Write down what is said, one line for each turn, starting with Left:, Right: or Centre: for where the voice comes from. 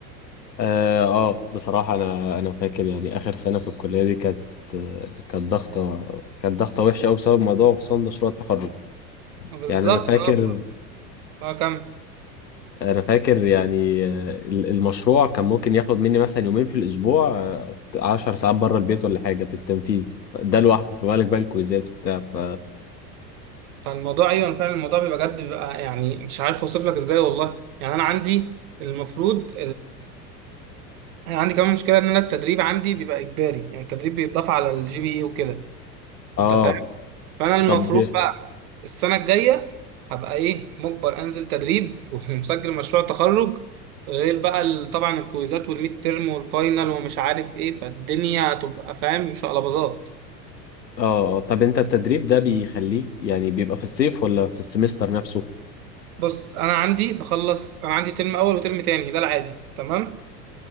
Left: اه آه، بصراحة انا انا فاكر يعني اخر سنة في الكلية دي كانت كانت ضغطة كانت ضغطة وحشة قوي بسبب موضوع خصوصا مشروع التخرج
Right: بالظبط
Left: يعني انا فاكر
Right: اه آه، كم
Left: انا فاكر يعني آه، ال- المشروع كان ممكن ياخد مني مثلا يومين في الاسبوع آه، عشر ساعات بره البيت ولا حاجة في التنفيذ ده لوحده في بالك بقى الكويزات وبتاع ف
Right: فالموضوع ايوه فعلا الموضوع بيبقى بجد بيبقى يعني مش عارف اوصف لك ازاي والله يعني انا عندي المفروض انا عندي كمان مشكله ان انا التدريب عندي بيبقى اجباري يعني التدريب بيتضاف على الجي بي اي وكده انت
Left: اه
Right: فاهم فانا المفروض
Left: طب اه
Right: بقى السنه الجايه هبقى ايه مجبر انزل تدريب <laughs> ومسجل مشروع تخرج غير بقى ال- طبعا الكويزات والميد تيرم والفاينل ومش عارف ايه فالدنيا هتبقى فاهم مش قلبظات
Left: آه، طب انت التدريب ده بيخليك يعني بيبقى في الصيف ولا في السمستر نفسه
Right: بص انا عندي بخلص انا عندي ترم اول وترم تاني ده العادي تمام